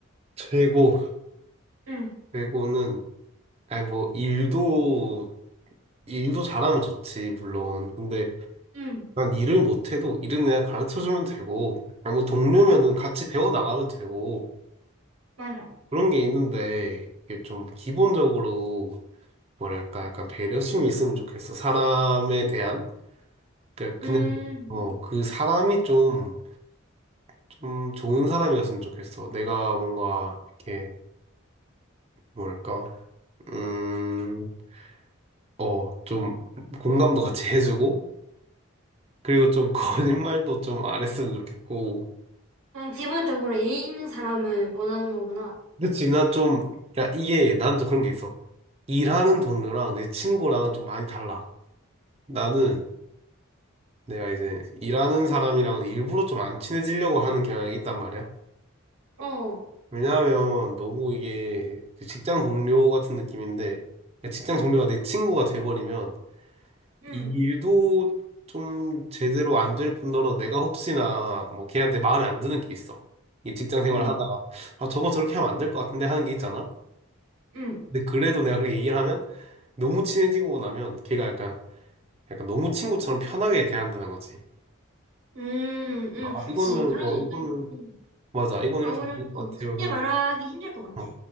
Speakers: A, on the right; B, on the right.
A: 최고,
B: 응,
A: 최고는, 아니, 뭐, 일도, 일도 잘하면 좋지, 물론. 근데,
B: 응,
A: 난 일을 못해도, 일은 내가 가르쳐주면 되고, 아니, 뭐, 동료면은 같이 배워나가면 되고,
B: 맞아.
A: 그런 게 있는데 이게 좀 기본적으로 뭐랄까 약간 배려심이 있으면 좋겠어. 사람에 대한 그러니까 그냥
B: 음,
A: 어, 그 사람이 좀 좀 좋은 사람이었으면 좋겠어. 내가 뭔가 이렇게 뭐랄까 음, 어, 좀 공감도 같이 해주고 그리고 좀 <laughs> 거짓말도 좀 안 했으면 좋겠고.
B: 그냥 기본적으로 예의 있는 사람을 원하는 거구나.
A: 그치, 난 좀, 야, 이게, 난 좀 그런 게 있어. 일하는 동료랑 내 친구랑은 좀 많이 달라. 나는 내가 이제 일하는 사람이랑 일부러 좀 안 친해지려고 하는 경향이 있단 말이야.
B: 어,
A: 왜냐하면 너무 이게 직장 동료 같은 느낌인데 그러니까 직장 동료가 내 친구가 돼버리면
B: 응,
A: 이 일도 좀 제대로 안 될 뿐더러 내가 혹시나 뭐 걔한테 마음에 안 드는 게 있어. 이 직장 생활
B: 응,
A: 하다가 아 저거 저렇게 하면 안 될 것 같은데 하는 게 있잖아.
B: 응.
A: 근데 그래도 내가 그렇게 얘기를 하면 너무 친해지고 나면 걔가 약간 약간 너무 친구처럼 편하게 대한다는 거지.
B: 음, 응,
A: 아,
B: 그치.
A: 이거는
B: 그런
A: 어
B: 것도
A: 이거는
B: 있고,
A: 맞아. 이건
B: 아무래도
A: 이렇게 안 될 것 같아요.
B: 쉽게
A: 했는데.
B: 말하기 힘들 것 같아.
A: 어.